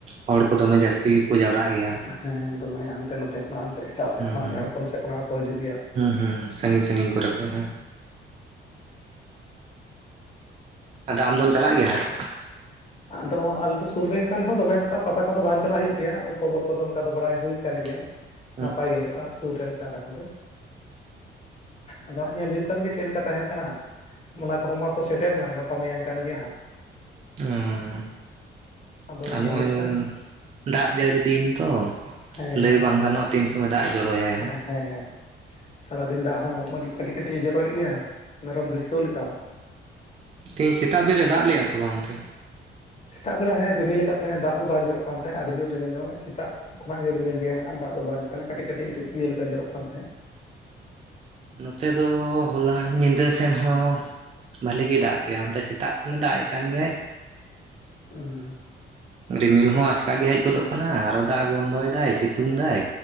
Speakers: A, on the right; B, on the left.
A: ᱦᱚᱲ ᱠᱚ ᱫᱚᱢᱮ ᱡᱟᱹᱥᱛᱤ ᱜᱮᱠᱚ ᱡᱟᱣᱨᱟᱜ ᱜᱮᱭᱟ᱾
B: ᱦᱮᱸ ᱫᱚᱢᱮ ᱦᱟᱱᱛᱮ ᱱᱚᱛᱮ ᱠᱷᱚᱱᱟᱜ, ᱮᱱᱛᱮ ᱮᱴᱟᱜ ᱥᱮᱫ
A: ᱦᱩᱸ
B: ᱠᱷᱚᱱᱟᱜ,
A: ᱦᱩᱸ
B: ᱡᱷᱟᱲᱠᱷᱚᱱᱰ ᱥᱮᱫ ᱠᱷᱚᱱᱟᱜ ᱦᱚᱸ ᱠᱚ ᱦᱤᱡᱩᱜ ᱜᱮᱭᱟ᱾
A: ᱦᱩᱸ, ᱦᱩᱸ, ᱥᱟᱺᱜᱤᱧ-ᱥᱟᱺᱜᱤᱧ ᱠᱚᱨᱮ ᱠᱷᱚᱡ ᱦᱚᱸ᱾ ᱟᱫᱚ ᱟᱢ ᱫᱚᱢ ᱪᱟᱞᱟᱜ ᱜᱮᱭᱟ ᱦᱟᱸᱜ?
B: ᱟᱫᱚ ᱟᱞᱮ ᱫᱚ ᱥᱩᱨ ᱨᱮᱱ ᱠᱟᱱ ᱦᱚᱲ ᱫᱚ, ᱫᱚᱢᱮ ᱮᱠᱴᱟ ᱯᱟᱛᱟ ᱠᱚᱫᱚ ᱵᱟᱝ ᱪᱟᱞᱟ ᱦᱳᱭᱩᱜ ᱜᱮᱭᱟ ᱟᱫᱚ ᱠᱷᱚᱵᱚᱨ ᱠᱚ ᱫᱚ ᱚᱱᱠᱟ ᱫᱚ ᱵᱟᱲᱟᱭ ᱦᱩᱭ ᱠᱟᱱ ᱜᱮᱭᱟ᱾
A: <unintelligible> <inaudible>
B: ᱱᱟᱯᱟᱭ ᱜᱮ ᱦᱳᱭᱳᱜᱼᱟ, ᱥᱩᱨ ᱨᱮᱱ ᱠᱟᱱ ᱨᱮᱦᱚᱸ ᱞᱮ᱾ ᱟᱫᱚ ᱦᱟᱸᱜ ᱧᱮᱞ ᱦᱳᱭᱳᱜ ᱠᱟᱱ ᱜᱮᱭᱟ, ᱪᱮᱫ ᱞᱮᱠᱟ ᱛᱟᱦᱮᱱ ᱠᱟᱱᱟ᱾ ᱚᱱᱟ ᱠᱚ ᱦᱚᱸ ᱢᱟᱛᱚ, ᱥᱮᱴᱮᱨ ᱱᱟ ᱜᱟᱯᱟ ᱢᱮᱭᱟᱝ ᱠᱷᱟᱱ ᱜᱮᱭᱟ ᱦᱟᱸᱜ᱾
A: ᱩᱸ,
B: ᱟᱫᱚ
A: ᱟᱨ
B: ᱧᱮᱞᱮᱫ
A: ᱱᱚᱜᱼᱚᱸᱭ,
B: ᱠᱟᱹᱱᱟᱹᱧ
A: ᱫᱟᱜ ᱡᱟᱹᱲᱤ ᱫᱤᱱ ᱛᱚ,
B: ᱦᱮᱸ
A: ᱞᱟᱹᱭ ᱵᱟᱝ ᱜᱟᱱᱚᱜᱼᱟ᱾ ᱛᱤᱱ ᱥᱚᱢᱚᱭ ᱫᱟᱜ ᱮ ᱡᱚᱨᱚᱭ ᱟᱭ ᱦᱟᱸᱜ᱾
B: ᱦᱮᱸ, ᱦᱮᱸ, ᱥᱟᱨᱟ ᱫᱤᱱ ᱫᱟᱜ ᱦᱚᱸ ᱢᱚᱡᱽ ᱜᱮ ᱠᱟᱹᱴᱤᱡ ᱠᱟᱹᱴᱤᱡ ᱮ ᱡᱚᱨᱚᱭᱮᱜ ᱜᱮᱭᱟ, ᱢᱮᱨᱚᱢ ᱵᱷᱤᱲᱠᱟᱹᱣ ᱞᱮᱠᱟ᱾
A: ᱛᱮᱦᱮᱧ ᱥᱮᱛᱟᱜ ᱵᱮᱨᱮ ᱫᱟᱜ ᱞᱮᱜᱼᱟ, ᱥᱮ ᱵᱟᱝ ᱚᱱᱛᱮ?
B: ᱥᱮᱛᱟᱜ ᱵᱮᱲᱟ ᱦᱮᱸ ᱨᱤᱢᱤᱞ ᱟᱠᱟᱫ ᱛᱟᱦᱮᱸᱜ ᱫᱟᱜ ᱫᱚ ᱵᱟᱝ ᱡᱚᱨᱚᱜ ᱠᱟᱱ ᱛᱟᱦᱮᱸ, ᱟᱹᱰᱤ ᱡᱚᱨ ᱨᱤᱢᱤᱞ ᱢᱟᱱᱮ ᱥᱮᱛᱟᱜ᱾ ᱠᱷᱚᱱᱟᱜ ᱜᱮ ᱨᱤᱢᱤᱞ ᱜᱮ ᱦᱮ ᱱᱟᱜᱼᱟ ᱫᱟᱜ ᱫᱚ ᱵᱟᱝ ᱠᱟᱹᱴᱤᱡ- ᱠᱟᱹᱴᱤᱡ ᱤᱭᱟᱹ ᱞᱮᱠᱟ ᱡᱚᱨᱚᱜ ᱠᱟᱱ ᱛᱟᱦᱮᱸᱫ᱾
A: ᱱᱚᱛᱮ ᱫᱚ ᱦᱚᱞᱟ ᱧᱤᱫᱟᱹ ᱥᱮᱱ ᱦᱚᱸ ᱵᱷᱟᱹᱞᱮ ᱜᱮ ᱫᱟᱜ ᱠᱮᱜᱼᱟ, ᱚᱱᱛᱮ ᱥᱮᱛᱟᱜ ᱠᱷᱚᱱᱮ ᱫᱟᱜ ᱮᱜ ᱠᱟᱱ ᱜᱮᱭᱟ᱾
B: ᱦᱩᱸ᱾
A: ᱨᱤᱢᱤᱞ ᱦᱚᱸ ᱟᱪᱠᱟ ᱜᱮ ᱦᱮᱡ ᱜᱚᱫᱚᱜ ᱠᱟᱱᱟ, ᱟᱨᱚ ᱫᱟᱜ ᱮ ᱵᱚᱱᱫᱚᱭ ᱫᱟᱭ ᱥᱤᱛᱩᱝ ᱫᱟᱭ᱾